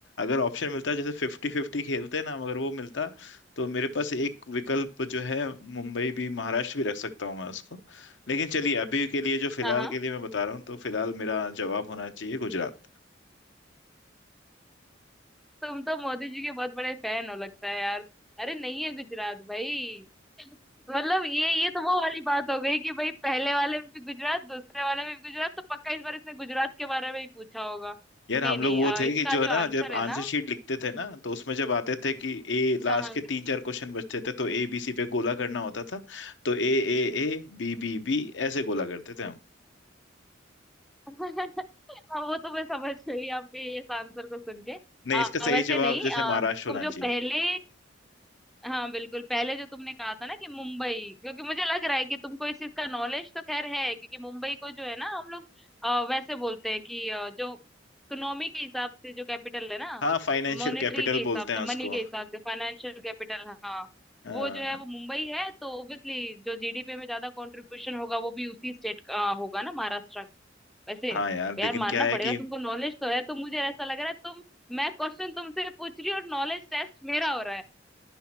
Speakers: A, on the left; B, in the centre.
A: अगर ऑप्शन मिलता जैसे फिफ्टी फिफ्टी खेलते हैं ना हम अगर वो मिलता तो मेरे पास एक विकल्प जो है मुंबई भी महाराष्ट्र भी रख सकता हूँ मैं उसको लेकिन चलिए अभी के लिए जो फिलहाल
B: हाँ हाँ
A: के लिए मैं बता रहा हूँ तो फिलहाल मेरा जवाब होना चाहिए गुजरात
B: तुम तो मोदी जी के बहुत बड़े फैन हो लगता है यार अरे नहीं है गुजरात भाई मतलब ये ये तो वो वाली बात हो गई कि भाई पहले वाले में भी गुजरात दूसरे वाले में भी गुजरात तो पक्का इस बार इसने गुजरात के बारे में ही पूछा होगा
A: यार
B: नहीं
A: हम
B: नहीं
A: लोग वो
B: अ,
A: थे
B: इसका
A: कि जो
B: जो
A: है ना
B: आंसर
A: जब
B: है
A: आंसर
B: ना
A: शीट लिखते थे ना तो उसमें जब आते थे कि ए लास्ट
B: हाँ हाँ
A: के तीन चार क्वेश्चन बचते थे तो ए बी सी पे गोला करना होता था तो A A A B B B ऐसे गोला करते थे हम
B: <laughs> हाँ, वो तो मैं समझ गई आपके इस आंसर को सुन के
A: नहीं
B: अ,
A: इसका सही
B: वैसे
A: जवाब
B: नहीं
A: जैसे
B: अ,
A: महाराष्ट्र
B: तुम
A: होना
B: जो
A: चाहिए
B: पहले हाँ बिल्कुल पहले जो तुमने कहा था ना कि मुंबई क्योंकि मुझे लग रहा है कि तुमको इस चीज का नॉलेज तो खैर है क्योंकि मुंबई को जो है ना हम लोग अ, वैसे बोलते हैं कि अ, जो इकोनॉमी के हिसाब से जो कैपिटल है ना
A: हाँ फाइनेंशियल
B: मॉनेटरी
A: कैपिटल
B: के हिसाब
A: बोलते हैं
B: से
A: उसको
B: मनी के हिसाब से फाइनेंशियल कैपिटल हाँ
A: हाँ
B: वो जो है वो मुंबई है तो ऑब्वियसली जो जीडीपी में ज्यादा कंट्रीब्यूशन होगा वो भी उसी स्टेट का होगा ना महाराष्ट्र का वैसे
A: हाँ यार लेकिन
B: यार मानना
A: क्या है
B: पड़ेगा
A: कि
B: तुमको नॉलेज तो है तो मुझे ऐसा लग रहा है तुम मैं क्वेश्चन तुमसे पूछ रही हूँ और नॉलेज टेस्ट मेरा हो रहा